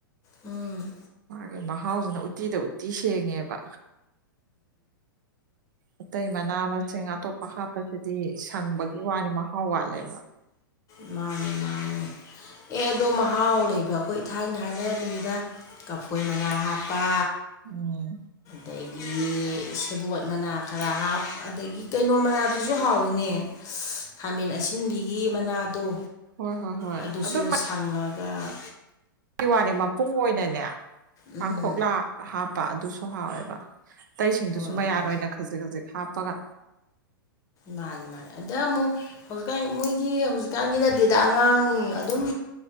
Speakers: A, on the left; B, on the right.
A: ꯎꯝ
B: ꯑꯩꯈꯣꯏ ꯃꯍꯥꯎꯁꯤꯅ ꯎꯠꯇꯤꯗ ꯎꯠꯇꯤ ꯁꯦꯡꯉꯦꯕ ꯑꯇꯩ ꯃꯅꯥ ꯃꯁꯤꯡ ꯑꯇꯣꯞꯄ ꯍꯥꯞꯄꯁꯤꯗꯤ ꯁꯪꯕꯒꯤ ꯋꯥꯅꯤ ꯃꯍꯥꯎ ꯋꯥꯠꯂꯦꯕ
A: ꯃꯥꯅꯦ ꯃꯥꯅꯦ ꯑꯦ ꯑꯗꯣ ꯃꯍꯥꯎ ꯂꯩꯕ ꯑꯩꯈꯣꯏ ꯏ ꯊꯥꯏꯅ ꯍꯥꯏꯅꯔꯝꯃꯤꯗ ꯀꯐꯣꯏ ꯃꯅꯥ ꯍꯥꯞꯄ
B: ꯎꯝ
A: ꯑꯗꯒꯤ ꯁꯦꯕꯣꯠ ꯃꯅꯥ ꯈꯔ ꯍꯥꯞ ꯑꯗꯒꯤ ꯀꯩꯅꯣ ꯃꯅꯥꯗꯨꯁꯨ ꯍꯥꯎꯏꯤꯅꯦ ꯈꯥꯃꯦꯟ ꯑꯁꯤꯟꯕꯤꯒꯤ ꯃꯅꯥꯗꯣ
B: ꯍꯣꯏ ꯍꯣꯏ ꯍꯣꯏ
A: ꯑꯗꯨꯁꯨ
B: ꯑꯗꯨ
A: ꯁꯪꯉꯒ
B: ꯋꯥꯅꯤ ꯃꯄꯨꯡ ꯑꯣꯏꯅꯅꯦ
A: ꯎꯝ
B: ꯀꯥꯡꯥꯡꯈꯣꯛꯂꯥ ꯍꯥꯞꯄ ꯑꯗꯨꯁꯨ ꯍꯥꯎꯋꯦꯕ ꯑꯇꯩꯁꯤꯡꯗꯨꯁꯨ
A: ꯍꯣꯏ
B: ꯃꯌꯥꯟ
A: ꯍꯣꯏ
B: ꯑꯣꯏꯅ ꯈꯖꯤꯛ ꯈꯖꯤꯛ ꯍꯥꯞꯄꯒ
A: ꯃꯥꯅꯤ ꯃꯥꯅꯤ ꯑꯗ ꯑꯃꯨꯛ ꯍꯧꯖꯤꯛꯀꯥꯟ ꯃꯣꯏꯒꯤ ꯍꯧꯖꯤꯛꯀꯥꯟꯒꯤ ꯅꯠꯇꯗ ꯑꯉꯥꯡ ꯑꯗꯨꯝ